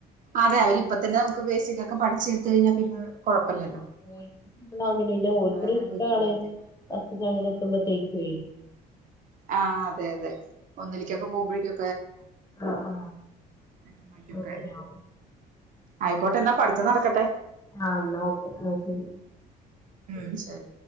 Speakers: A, on the right; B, on the left.
A: അതെ അവരിപ്പ തന്നെ നമുക്ക് ബേസിക്കൊക്കെ പഠിച്ചെടുത്ത കഴിഞാ പിന്നെ കൊഴപ്പല്ലല്ലോ
B: ആ ഓൽക് <unintelligible> ഓൾക്കും
A: അതങ്ങനെ
B: റിസ്കാണ്
A: പൊയ്ക്കോളും അവര്
B: ബസ് സമയത്തിന് എത്തുമ്പോഴേക്കും
A: ആ അതെ അതെ ഒന്നിലിക്കൊക്കെ പോകുമ്പോഴേക്കൊ
B: ആ ആ
A: എത്തുമ്പോഴേക്കൊക്കെ
B: അങ്ങനെ ആവും
A: ആയിക്കോട്ടെ എന്നാ പഠിത്തം നടക്കട്ടെ
B: ആ എന്ന ഓക്കെ അയ് ശരി
A: ഉം ശരി